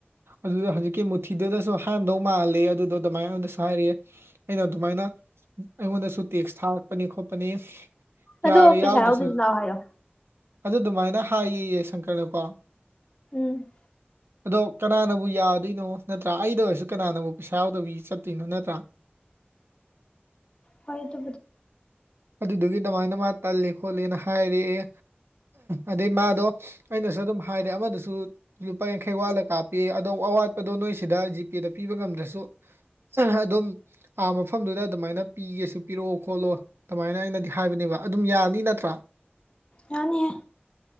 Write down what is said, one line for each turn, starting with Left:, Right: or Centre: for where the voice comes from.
Right: ꯑꯗꯨꯗ ꯍꯧꯖꯤꯛꯀꯤ ꯃꯨꯊꯤꯗꯨꯗꯁꯨ ꯍꯥꯏꯔꯝꯗꯧ ꯃꯥꯂꯦ ꯑꯗꯨꯗꯣ ꯑꯗꯨꯃꯥꯏꯅꯉꯣꯟꯗꯁꯨ ꯍꯥꯏꯔꯛꯑꯦ ꯑꯩꯅ ꯑꯗꯨꯃꯥꯏꯅ ꯑꯩꯉꯣꯟꯗꯁꯨ ꯇꯦꯛꯁ ꯊꯥꯔꯛꯄꯅꯤ ꯈꯣꯠꯄꯅꯤ
Left: ꯑꯗꯣ
Right: ꯌꯥꯔꯦ
Left: ꯄꯩꯁꯥ
Right: ꯌꯥꯎꯗ꯭ꯔꯁꯨ
Left: ꯂꯥꯛꯑꯣ ꯍꯥꯏꯌꯣ
Right: ꯑꯗꯨ ꯑꯗꯨꯃꯥꯏꯅ ꯍꯥꯏꯌꯦꯌꯦ ꯁꯪꯀꯔꯅꯀꯣ
Left: ꯎꯝ
Right: ꯑꯗꯣ ꯀꯅꯥꯅꯕꯨ ꯌꯥꯗꯣꯏꯅꯣ ꯅꯠꯇ꯭ꯔꯥ ꯑꯩꯗ ꯑꯣꯏꯔꯁꯨ ꯀꯅꯥꯅꯕꯨ ꯄꯩꯁꯥ ꯌꯥꯎꯗꯕꯤ ꯆꯠꯇꯣꯏꯅꯣ ꯅꯠꯇ꯭ꯔꯥ
Left: ꯍꯣꯏ ꯑꯗꯨ
Right: ꯑꯗꯨꯗꯨꯒꯤ ꯑꯗꯨꯃꯥꯏꯅ ꯃꯥ ꯇꯜꯂꯤ ꯈꯣꯠꯂꯤꯅ ꯍꯥꯏꯔꯛꯑꯦ ꯑꯗꯩ ꯃꯥꯗꯣ ꯑꯩꯅꯁꯨ ꯑꯗꯨꯝ ꯍꯥꯏꯔꯦ ꯑꯃꯗꯁꯨ ꯂꯨꯄꯥ ꯌꯥꯡꯈꯩ ꯋꯥꯠꯂ ꯀꯥꯞꯄꯤ ꯑꯗꯣ ꯑꯋꯥꯠꯄꯗꯣ ꯅꯣꯏꯁꯤꯗ ꯖꯤꯄꯦꯗ ꯄꯤꯕ ꯉꯝꯗ꯭ꯔꯁꯨ ꯑꯗꯨꯝ ꯑꯥ ꯃꯐꯝꯗꯨꯗ ꯑꯗꯨꯃꯥꯏꯅ ꯄꯤꯒꯦꯁꯨ ꯄꯤꯔꯛꯑꯣ ꯈꯣꯠꯂꯣ ꯑꯗꯨꯃꯥꯏꯅ ꯑꯩꯅꯗꯤ ꯍꯥꯏꯕꯅꯦꯕ ꯑꯗꯨꯝ ꯌꯥꯅꯤ ꯅꯠꯇ꯭ꯔꯥ
Left: ꯌꯥꯅꯤꯌꯦ